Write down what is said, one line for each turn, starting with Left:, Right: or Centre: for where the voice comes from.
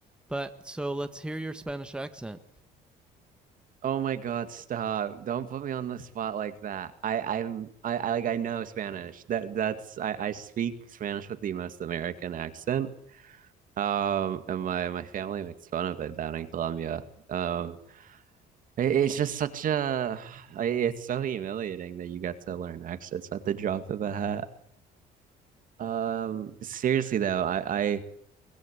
Centre: But so let's hear your Spanish accent.
Right: Oh my God, stop. Don't put me on the spot like that. I, I'm I, I like I know Spanish. That that's I, I speak Spanish with the most American accent. Um and my my family makes fun of it down in Colombia. Um it- it's just such a <sighs> like, it's so humiliating that you got to learn accents at the drop of a hat. Um seriously though, I I